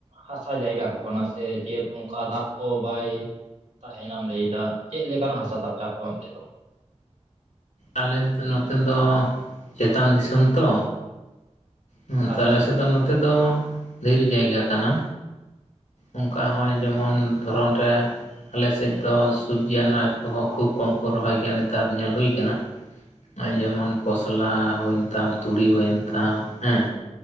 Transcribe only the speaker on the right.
ᱦᱟᱥᱟ ᱡᱟᱭᱜᱟ ᱠᱚ ᱠᱟᱱᱟ ᱥᱮ ᱪᱮᱫ ᱚᱱᱠᱟ ᱫᱟᱜ ᱠᱚ ᱵᱟᱭ ᱛᱟᱦᱮᱸᱱᱟᱢ ᱞᱟᱹᱭᱮᱫᱟ ᱪᱮᱫ ᱞᱮᱠᱟᱱ ᱦᱟᱥᱟ ᱛᱟᱯᱮ ᱟᱯᱮ ᱚᱱᱛᱮ ᱫᱚ
ᱟᱪᱪᱷᱟ